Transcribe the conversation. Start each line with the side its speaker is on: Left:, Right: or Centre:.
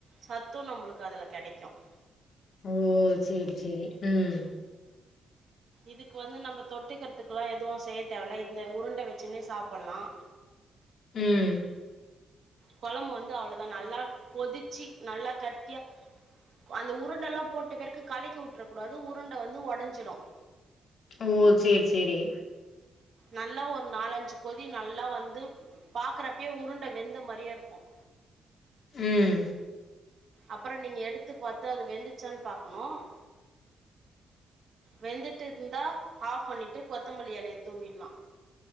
Right: சத்தும் நம்புளுக்கு அதுல கேடிக்கும்
Left: ஓ சேரி சேரி உம்
Right: இதுக் வந்து நம்ப தொட்டுக்றதுக்குல்லாம் எதுவு செய்ய தேவல இந்த உருண்ட வச்சுன்னு சாப்புல்லாம்
Left: ஊம்
Right: கொலம்பு வந்து அவ்ளதா நல்லா கொதிச்சி நல்லா கட் டியா அந்த உருண்டல்லாம் போட்ட பெறக்கு கலக்கி உட்ற கூடாது உருண்ட வந்து ஒடஞ்சிடும்
Left: ஓ சேர் சேரி
Right: நல்லா ஒர் நாலஞ்சு கொதி நல்லா வந்து பாக்றப்யே உருண்ட வெந்த மாரியேருக்கும்
Left: ம்
Right: அப்பறோ நீங்க எடுத்து பாத்து அது வெந்துச்சான் பா னூம் வெந்துட்டுருந்தா ஆஃப் பண்ணிட்டு கொத்தமல்லி எலய தூவிட்லாம்